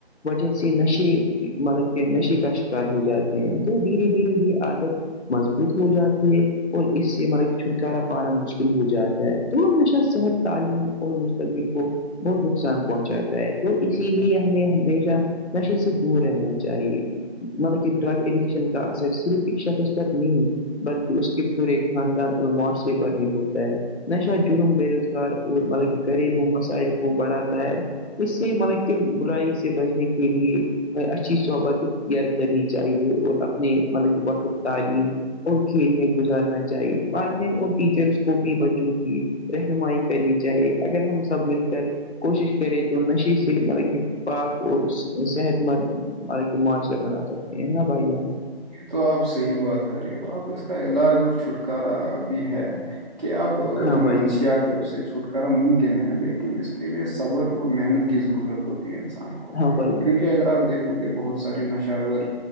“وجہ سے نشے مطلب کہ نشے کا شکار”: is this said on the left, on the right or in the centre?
Left